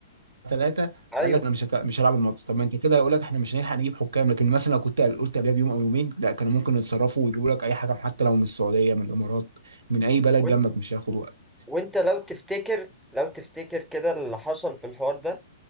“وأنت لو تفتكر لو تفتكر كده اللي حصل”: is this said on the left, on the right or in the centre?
Centre